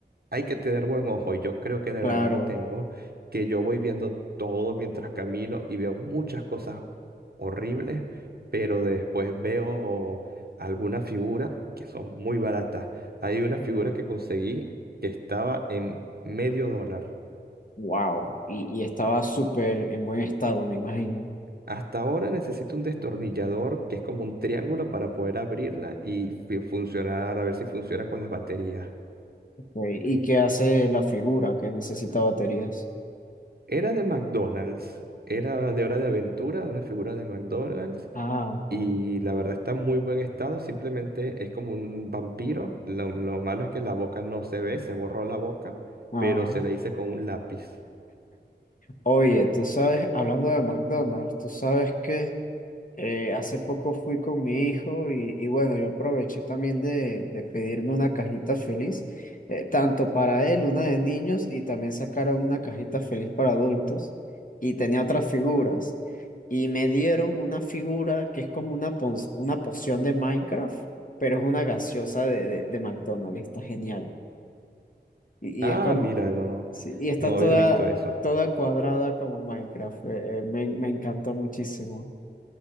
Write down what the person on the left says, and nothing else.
Claro,
wow. Y, y estaba súper en buen estado, me imagino.
Ok, ¿Y qué hace la figura que necesita baterías?
Ah, ok.
Ah.
Oye, tú sabes, hablando de McDonald's, tú sabes que... Eh, hace poco fui con mi hijo y, y bueno, yo aproveché también de, de pedirme una cajita feliz, eh, tanto para él, una de niños, y también sacaron una cajita feliz para adultos y tenía otras figuras. Y me dieron una figura que es como una, pon- una poción de Minecraft, pero es una gaseosa de, de, de McDonald's, está genial. Y,
y es como,
sí, y está
toda,
toda cuadrada como Minecraft, eh, eh, me, me encantó muchísimo.